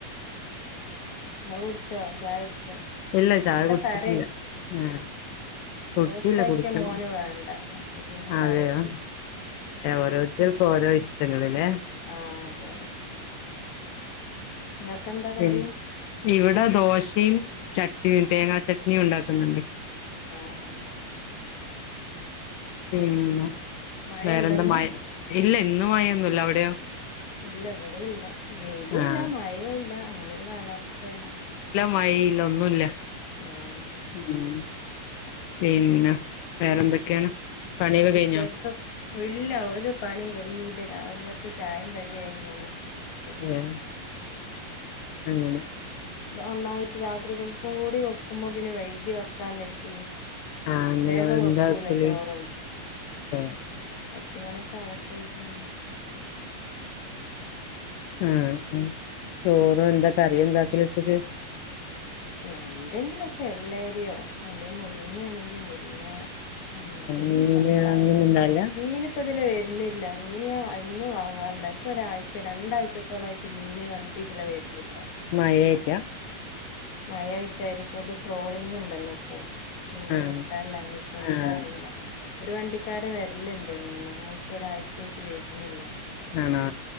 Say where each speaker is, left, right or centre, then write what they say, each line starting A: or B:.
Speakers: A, on the left; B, on the left.
A: ങ്ങള് കുടിച്ചോ ചായ കുടിച്ചോ
B: ഇല്ല ചായ
A: മുട്ട
B: കുടിച്ചിട്ടില്ല
A: കറി
B: ആഹ് കുടിച്ചില്ല
A: റോസ്റ്റ് ആക്കിയാ
B: കുടിക്കണം
A: മോന് വേണ്ട അപ്പൊ പിന്നെ
B: അതെയോ
A: കറിയക്കി വെച്ചു.
B: ഓരോരുത്തർക്കും ഓരോ ഇഷ്ടങ്ങള്ല്ലെ?
A: ആ അതെ അതെ നിങ്ങക്ക് എന്താ കടി
B: ഉം ഇവിടെ ദോശയും ചട്നിയും തേങ്ങാ ചട്നിയുംണ്ടാക്കുന്നുണ്ട്.
A: ആ ആ
B: പിന്നെ
A: മഴ
B: വേറെന്താ
A: ഇണ്ടന്ന്
B: മഴ ഇല്ല ഇന്ന് മയൊന്നുല്ല അവിടെയോ?
A: ഇല്ല ഇവിടെ ഇല്ല വെയിലും
B: ആഹ്
A: ഇല്ല മഴ ഇല്ല അങ്ങനെ ഒരു കാലാവസ്ഥേല.
B: മയയില്ല ഒന്നുല്ല.
A: ആഹ്
B: ഉം പിന്നെ വേറെന്തൊക്കെയാണ് പണിയൊക്കെ
A: ഉച്ചക്ക
B: കഴിഞ്ഞോ
A: ഇല്ല ഒരു പണിം കയിഞ്ഞിറ്റില. രാവിലത്ത് ചായേം കടിയായി ഇങ്ങനെരിക്ക
B: ഏ അങ്ങനെ
A: ഒന്നായിറ്റ് രാത്രിക്കെക്കും ഇപ്പും കൂടി വെക്കുമ്പോ പിന്നെ വൈകി വെക്കാന്നെരുതി.
B: ആഹ് അങ്ങനെ
A: വേഗം
B: എന്താ
A: വെക്കൂല
B: വെക്കല്
A: ചോറൊന്നും.
B: ആഹ്
A: പത്തുമണിക്കെ ആവട്ടെര്തി ഇങ്ങനെ.
B: ഉം ഉം ചോറും എന്താ കറിയെന്താകല് ഉച്ചക്ക്.
A: എന്തെങ്കിലൊക്കെ വെള്ളേരിയോ അല്ലെ മുരിങ്ങയാണെങ്കി മുരിങ്ങ. എന്തേലും
B: മീന്
A: പപ്പായേ
B: അങ്ങനൊന്നും ഇണ്ടാവില്ല
A: മീന് ഇപ്പതിലെ വെരുന്നില്ല മീന് ഞാൻ എന്നും വാങ്ങാറുണ്ട് ഇപ്പൊരായ്ച രണ്ടാഴ്ചത്തോളായിട്ട് മീന് വണ്ടി ഇതിലെ വെരുന്നില്ല.
B: മഴയായിട്ടാ
A: മയായിട്ടാരിക്കും എന്തോ ട്രോളിങ്ണ്ടല്ലോ ഇപ്പൊ മീന്
B: ആഹ്
A: കിട്ടാല്ലാഞ്ഞിട്ടൊ ന്താ
B: ആഹ്
A: അറീല്ല ഒരു വണ്ടി വണ്ടിക്കാരം വരല്ണ്ടെന്നും അത് ഇപ്പോ ഒരായ്ചയായിട്ട് വരുന്നില്ല.
B: ആണോ?